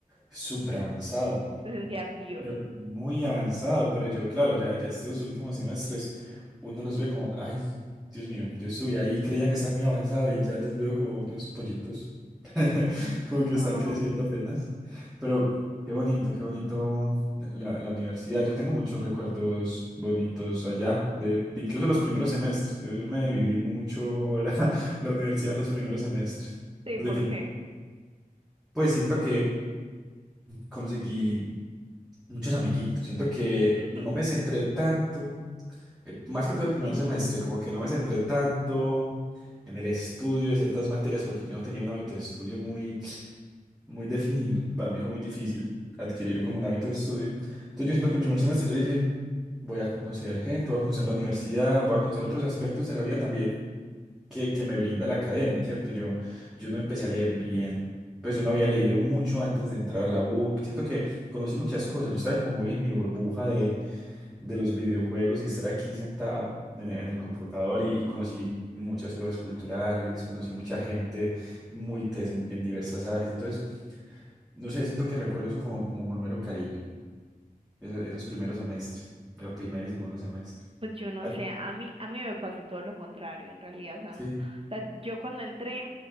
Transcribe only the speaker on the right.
<laughs> Se sentía Dios.
Oh.
Sí,
¿por
qué?
<laughs>
Pues yo no
sé, a mí, a mí me pasó todo lo contrario, en realidad, Samu.
O sea, yo cuando entré,